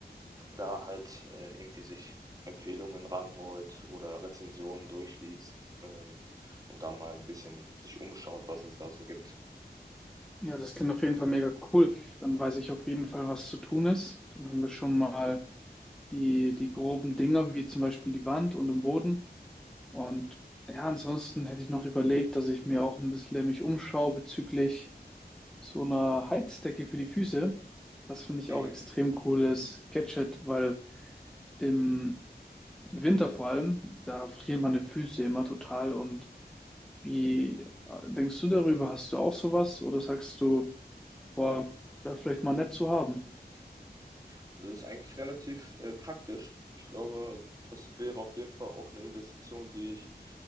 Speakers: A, on the right; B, in the centre.
A: da halt äh, irgendwie sich Empfehlungen ranholt oder Rezensionen durchliest ähm, und da mal ein bisschen sich umschaut, was es da so gibt.
B: Ja, das klingt auf jeden Fall mega cool. Dann weiß ich auf jeden Fall, was zu tun ist. Dann haben wir schon mal die, die groben Dinger, wie zum Beispiel die Wand und den Boden. Und ja, ansonsten hätte ich noch überlegt, dass ich mir auch ein bisschen mich umschaue bezüglich so einer Heizdecke für die Füße. Das finde ich
A: Mhm.
B: auch extrem cooles Gadget, weil im Winter vor allem, da frieren meine Füße immer total. Und wie äh, denkst du darüber? Hast du auch sowas? Oder sagst du, boah, wäre vielleicht mal nett zu haben?
A: Also das ist eigentlich relativ äh, praktisch. Ich glaube, das wäre auf jeden Fall auch eine Investition, die ich